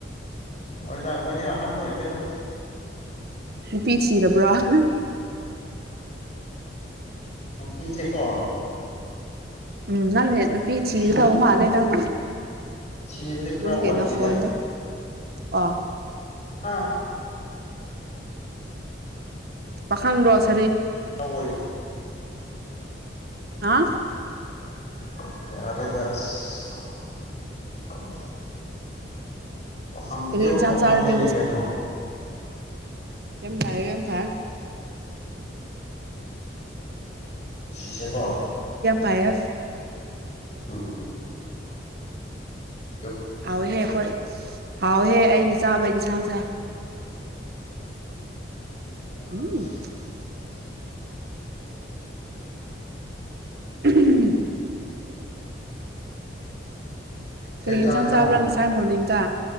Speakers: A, on the left; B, on the right.
A: ꯍꯣꯏꯗ ꯑꯩꯈꯣꯏꯗꯤ ꯑꯍꯟ ꯑꯣꯏꯒꯦꯗ
B: ꯄꯤꯁꯤꯔꯔꯕ꯭ꯔꯣ
A: ꯅꯨꯔꯤꯁ ꯀꯣ
B: ꯎꯝ ꯅꯪ ꯐꯤ ꯆꯤ
A: ꯊꯤꯕ
B: ꯇꯑꯣ ꯃꯥꯂꯦ ꯅꯪ
A: ꯊꯤꯕꯗꯤ ꯈꯔ
B: ꯅꯪꯅꯈꯣꯟ
A: ꯋꯥꯠꯂꯤꯗ
B: ꯋꯥ
A: ꯑꯥ
B: ꯄꯈꯥꯟꯗꯁ
A: ꯀꯣ
B: ꯍꯥ
A: ꯑꯔꯦꯗꯥꯁ ꯄꯈꯥꯡ
B: ꯀꯔꯤ
A: ꯄꯤꯌꯣꯔ
B: ꯏꯟꯁꯥꯡ
A: ꯄꯣꯈꯥꯡꯅꯤꯅꯦꯦꯛꯒꯥꯏꯅ
B: ꯆꯥꯔꯒꯦ ꯀꯝ ꯇꯑ ꯀꯝ ꯊ
A: ꯁꯤꯁꯦ ꯀꯣ
B: ꯐꯩꯌꯦ
A: ꯎꯝ ꯎ
B: ꯍꯥꯎꯍꯦ ꯐꯣꯏ ꯍꯥꯎꯍꯦ ꯑꯩꯅ ꯆꯥꯕ ꯏꯟꯁꯥꯡꯁꯦ
A: ꯎ
B: ꯎꯝ ꯎꯝ ꯀꯔꯤ
A: ꯀꯩ
B: ꯌꯦꯟꯁꯥꯡ
A: ꯆꯥꯔꯤꯅꯣ
B: ꯆꯥꯕ꯭ꯔꯥ ꯉꯁꯥꯏ ꯃꯣꯔꯅꯤꯡꯗ